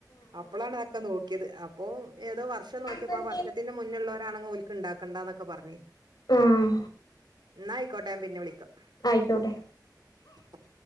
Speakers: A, on the right; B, on the left.
A: അപ്പളാണ് അതൊക്കെ നോക്കിയത് അപ്പോ ഏതോ വർഷം നോക്കിയപ്പോ
B: ആഹ്
A: ആ വർഷത്തിന്റെ മുന്നെള്ളോരാണെങ്ങി ഓല് ൽക്ക് ഇണ്ടാക്കണ്ടന്നൊക്കെ പറഞ്ഞ്
B: ആഹ്
A: ഇന്നാ ആയിക്കോട്ടെ ഞാൻ പിന്നെ വിളിക്കാം
B: ആയിക്കോട്ടെ
A: <inaudible>